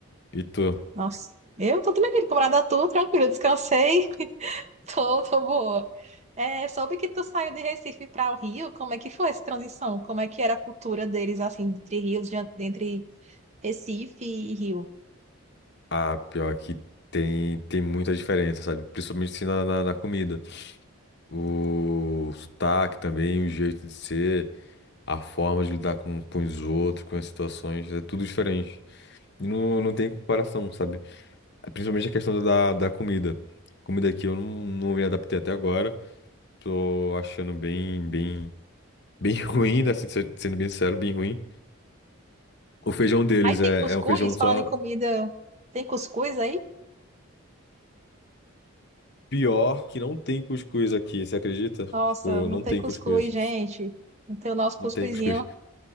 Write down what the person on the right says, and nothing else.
Nossa, eu tô também bem, camarada, tu, tranquilo, descansei, <laughs> tô, tô boa. É, soube que tu saiu de Recife para o Rio, como é que foi essa transição? Como é que era a cultura deles, assim, entre rios, de- entre Recife e Rio?
Aí tem
cuscuz,
falando em comida, tem cuscuz aí?
Nossa,
não
tem
cuscuz,
gente. Não tem o nosso
cuscuzinho,